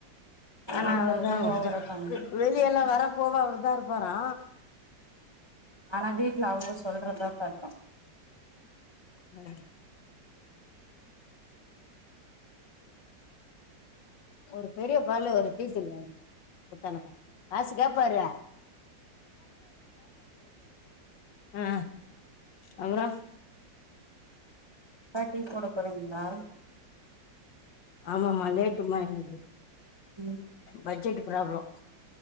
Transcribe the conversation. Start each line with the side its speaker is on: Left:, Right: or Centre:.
Left: ஆனா
Right: அதனாலதா
Left: அவுரு தா கொஞ்சொ
Right: ஓவரா பண்ணு
Left: இது வெளியல்லா வர போவ அவருதா இருப்பாரா
Right: ஆனா வீட்ல அவுங்க சொல்றதா சட்டொ
Left: அ ஒரு பெரிய பல்லு ஒரு <unintelligible> குத்தானப்பா காசு கேப்பாரு ஆ ஆ அப்புறோ
Right: பா டீ போடப் போறீங்ளா
Left: ஆமாமா லேட்டுமா இன்னக்கி
Right: ம்
Left: பட்ஜெட்டு ப்ராப்ளம்